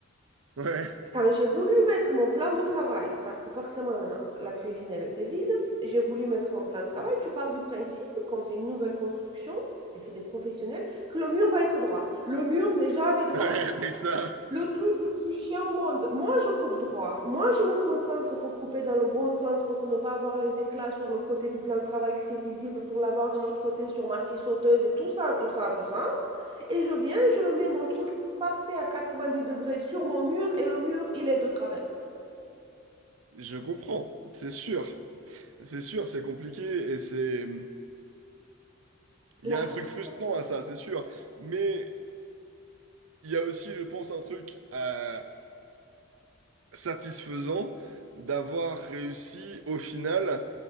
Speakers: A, on the right; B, on the right.
A: ouais,
B: Quand j'ai voulu mettre mon plan de travail, parce que forcément la cuisine elle était vide, j'ai voulu mettre mon plan de travail. Tu pars du principe, comme c'est une nouvelle construction et c'est des professionnels, que le mur va être droit. Le mur n'est jamais
A: <laughs>
B: droit.
A: ouais, mais ça,
B: Le truc le plus chiant au monde, moi je coupe droit, moi je me concentre pour couper dans le bon sens, pour ne pas avoir les éclats sur le côté du plan de travail que c'est visible, pour l'avoir de l'autre côté sur ma scie sauteuse et tout ça, tout ça, tout ça. Et je viens, je le mets mon truc parfait à 90 degrés sur mon mur et le mur il est de travers.
A: je comprends, c'est sûr. C'est sûr, c'est compliqué et c'est.
B: La
A: Il y a un
B: rénovation.
A: truc frustrant à ça, c'est sûr. Mais il y a aussi, je pense, un truc euh, satisfaisant d'avoir réussi au final,